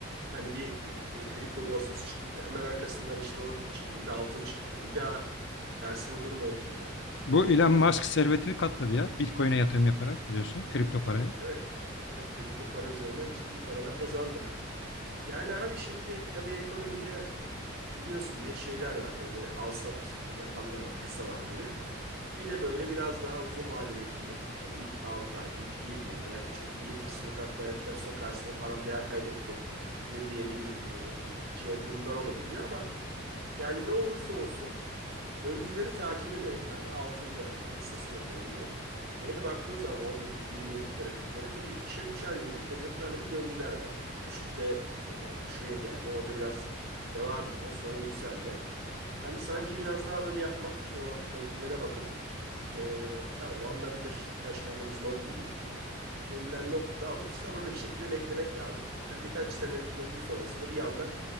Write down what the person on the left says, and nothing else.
Bu
Elon
Musk servetini katladı ya. Bitcoin'e yatırım yaparak biliyorsun kripto paraya.